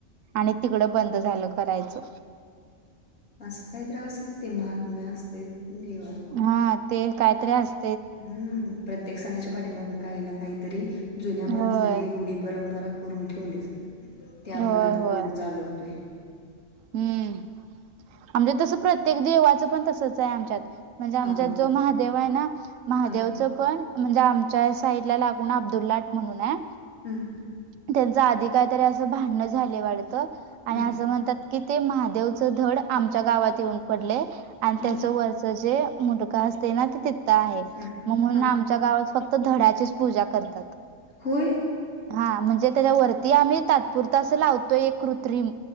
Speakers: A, on the right (about 85°); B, on the left (about 80°).
A: आणि तिकडं बंद झालं करायचं.
B: असं काहीत असल ते महात म असते देवा
A: हा ते कायतरी अस
B: हम्म, प्रत्येक सणाच्या पाठीमाग काही ना काहीतरी जुन्या माणसनी
A: होय.
B: रूढी परंपरा करून ठेवलीत ते
A: होय
B: आपण आता
A: होय
B: पुढे चालवतोय.
A: हम्म, आमच्या तसं प्रत्येक देवाचं पण तसच आहे आमच्यात. म्हणजे आमच्यात
B: हा हा
A: जो महादेव आहे ना महादेवच
B: हा
A: पण म्हणजे आमच्या साईड ला लागून अब्दुलाट म्हणून हाय.
B: हम्म!
A: त्यांच आधी काहीतरी अस भांडण झाले वाटतं आणि
B: हम्म
A: म्हणतात की ते महादेवच धड आमच्या गावात येऊन पडले आणि
B: हम्म
A: त्याच व त्याचे जे मुंडका असते ना ते तित आहे
B: हम्म
A: मग म्हणून
B: हा
A: आमच्या गावात फक्त धडाचीच पूजा करतात.
B: होय.
A: हा म्हणजे त्याच्या वरती आम्ही तात्पुरत असं लावतोय एक कृत्रिम